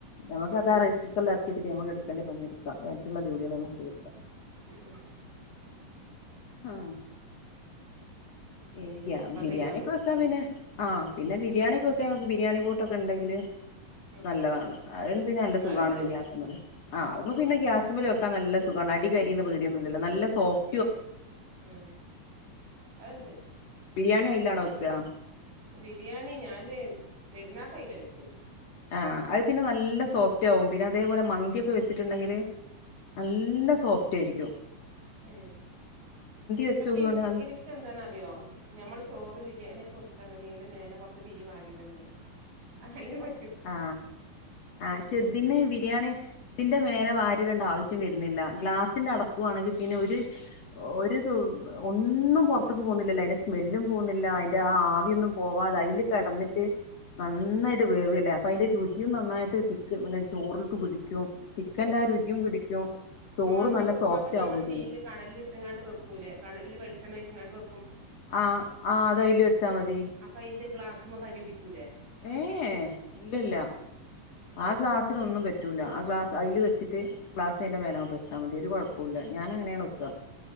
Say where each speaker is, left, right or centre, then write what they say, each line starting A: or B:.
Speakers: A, on the left; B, on the right.
A: നമ്മക്ക്
B: ഉം
A: അത്
B: ഉം
A: റൈസ് കുക്കറിൽ അർ ഇത് വെച്ചിട്ട് നമുക്ക് എടുക്കേണ്ട പണി എടുക്കാ മറ്റുള്ള ജോലികള് നമുക്ക് തീർക്കാം
B: ഉം
A: ആ ഈ ഗ്യ
B: അപ്പൊ അത്
A: ബിരിയാണി
B: ചെയ്താ
A: ഒക്കെ
B: മതി
A: വെക്കാൻ പിന്നെ ആ പിന്നെ ബിരിയാണിയൊക്കെ വെക്കാൻ ബിരിയാണി പോട്ട് ഓക്കെ ഉണ്ടെങ്കില്
B: ഉം
A: നല്ലതാണ് അഹ് പിന്നെ നല്ല
B: ഉം
A: സുഖാണല്ലോ
B: അതുണ്ട്
A: ഗ്യാസ്മ്മല് ആ അത്
B: ആഹ്
A: പിന്നെ ഗ്യാസ്
B: അതുണ്ട്
A: വെക്കാൻ നല്ല സുഖണല്ലോ അടി കരിയുന്ന പേടിയൊന്നുല്ലല്ലോ നല്ല സോഫ്
B: ഉം ഉം അത്ണ്ട്
A: ബിരിയാണി അയിലാണോ വെക്കാ
B: ബിരിയാണി ഞാന് പെരുന്നാക്ക് അതിലാ വെച്ചത്
A: ആ അ പിന്നെ നല്ല സോഫ്റ്റാവും പിന്നെ അതേപോലെ മന്തി ഒക്കെ വെച്ചിട്ടുണ്ടെങ്കില് നല്ല സോഫ്‌ റ്റായിരിക്കും
B: ഹേയ്
A: വെച്ചോക്കൊണ്ട്
B: പക്ഷേ എനക്ക്
A: നൽ
B: എനക്ക് എന്താന്നറിയോ
A: ആഹ്
B: നമ്മള് ചോറ് ബിരിയാണി ഒക്കെ വെക്കാണെങ്കില് അതിന് മേലെ കുറച്ച് തീയ്യ് വാരിടണ്ടേ അയിന് പ
A: ആ പക്ഷേ ഇതിന് ബിരിയാണി ന്റെ മേലെ വരിടേണ്ട ആവശ് ശ്യം വരുന്നില്ല ഗ്ലാസിന്റെ
B: ഉം
A: അടപ്പു ആണെങ്കിൽ പിന്നെ ഒര് ഒരു ഒന്നും പുറത്ത്ക്ക് പോകുന്നില്ലല്ലോ അതിന്റെ സ്മെല്ലും പോവുന്നില്ല
B: ഉം
A: അയിന്റെ
B: ഉം
A: ആ
B: ഇല്ല
A: ആവിയൊന്നും പോവാതെ അയില് കെടന്നിട്ട് നന്നായിട്ട്
B: ഉം
A: വേവ ല്ലേ അപ്പൊ അയ്‌ന്റെ രുചിയും നന്നായിട്ട് ചിക്ക് ചോറിലേക്ക് പിടിക്കും ചിക്കന്റെ ആ രുചിയും പിടിക്കും ചോറ്
B: മ്മ് മന്തി
A: നല്ല
B: വെക്കുമ്പോൾ
A: സോഫ്റ്റ്
B: അപ്പൊ ഞമ്മൾ
A: ആവും
B: തീയിൽ
A: ചെയ്യും
B: കനലിൽ ഇട്ടെങ്ങാണ്ട് വെക്കൂലേ കനലിൽ വെളിച്ചെണ്ണ ഒഴിച്ചെങ്ങാണ്ട് വെ
A: ആ അത് അതിൽ വെച്ചാൽ മതി
B: അപ്പൊ അയിന്റെ ഗ്ലാസ്മ്മെ കരി പിടിക്കൂലേ
A: ഏ ഇല്ല ഇല്ല
B: ഉം
A: ആ ഗ്ലാസിന് ഒന്നും പ പറ്റൂല ആ ഗ്ലാസ്‌ അതിൽ വെച്ചിട്ട് ഗ്ലാസ്‌ അതിന്റെ മേലെ അങ്ങോട്ട് വെച്ചാൽ മതി ഒരു കുഴപ്പവും ഇല്ല ഞാൻ അങ്ങനെ ആണ് വെക്ക